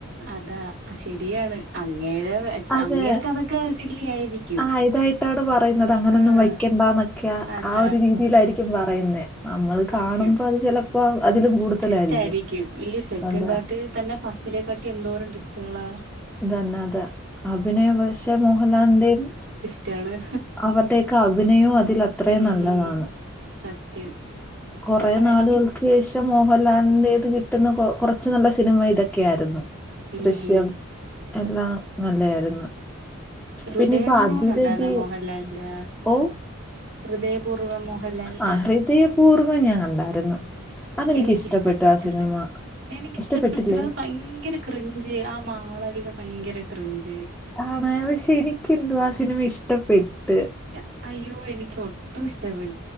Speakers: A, on the right; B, in the centre.
A: അതാ ശരിയാണ്. അങ്ങേരെ വെച്ച്
B: അതെ
A: അങ്ങേർക്ക് അതൊക്കെ സില്ലി ആയിരിക്കും
B: ആഹ് ഇതായിട്ടാണ് പറയുന്നത് അങ്ങനൊന്നും
A: ആഹ്
B: വയ്ക്കണ്ടന്നൊക്കെയ
A: അതാ
B: ആ ഒരു രീതിയിലായിരി ക്കും പറയുന്നേ. നമ്മള്
A: സത്യം
B: കാണുമ്പോ അത് ചിലപ്പോ അതിലും കൂടുതലായിരിക്കും.
A: ടിസ്റ്റാരിക്കും ഈ സെക്കൻഡ്
B: അതെ
A: പാർട്ട് തന്നെ ഫസ്റ്റിലേക്കാട്ടി എന്തോരം ടിസ്റ്റുകളാ
B: തന്ന അതെ അഭിനയ പക്ഷേ മോഹൻലാലിന്റെയും
A: റ്റാണ്.
B: അവരുടെയൊക്കെ അഭിനയവൂം അത് അത്രയും
A: ഉം
B: നല്ലതാണ്
A: സത്യം
B: കൊറേ
A: സൂപ്പറായിരിക്കും
B: നാളുകൾക്ക് ശേഷം മോഹൻലാലിന്റെത് കിട്ട പെട്ടെന്ന് കൊറച്ച് നല്ല സിനിമ ഇതൊക്കെ. ക്കെയ ആരുന്നു
A: ഉം
B: ദൃശ്യം എല്ലാം നല്ലയായിരുന്നു
A: ഹൃദയപൂർവ്വം
B: പിന്നെ ഇപ്പൊ അതിരടി
A: കണ്ടായിരുന്നു മോഹൻ മോഹൻലാലിന്റെ
B: ഓ
A: ഹൃദയപൂർവ മോഹൻലാലിന്റെ
B: ആ ഹൃദയപൂർവ്വം ഞാൻ കണ്ടായിരുന്നു. അതെനിക്ക്
A: എനിക്കിഷ്ടപ്പെട്ടില്ല
B: ഇഷ്ടപ്പെട്ടു ആ സിനിമ.
A: എനിക്കിഷ്ടപ്പെട്ടില്ലത്
B: ഇഷ്ടപ്പെട്ടില്ലേ?
A: ഭയങ്കര ക്രഞ്ചി ആ മാളവിക ഭയങ്കര ക്രഞ്ചി
B: ആണോ ഓ ശരി എനിക്കെന്തുവാണോ ആവോ ആ സിനിമ ഇഷ്ടപ്പെട്ടു
A: ഇല്ല അയ്യോ എനിക്കോ ട്രിപ്പിൾ സെവൻ